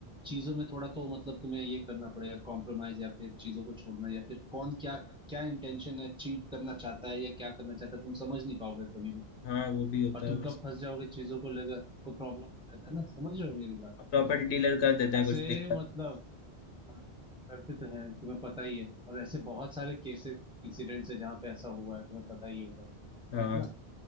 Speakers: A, in the centre; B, on the left.
A: चीजों में थोड़ा तो मतलब तुम्हें ये करना पड़ेगा कॉम्प्रोमाइज या फिर चीजों को छोड़ना या फिर कौन क्या क्या इंटेंशन है चीट करना चाहता है या क्या करना चाहता है तुम समझ नहीं पाओगे कभी भी
B: हाँ, वो भी होता
A: और
B: है
A: तुम
B: वैसे
A: कब फंस जाओगे चीजों को लेकर तो प्रॉब्लम हो जाता है ना समझ रहे हो मेरी बात
B: प्रॉपर्टी डीलर कर देते हैं
A: ऐसे
B: कुछ दिक्कत
A: मतलब हाँ, करते तो हैं तुम्हें पता ही है और ऐसे बहुत सारे केसेस इंसिडेंट्स है जहाँ पे ऐसा हुआ है तुम्हें पता ही होगा
B: हाँ
A: है ना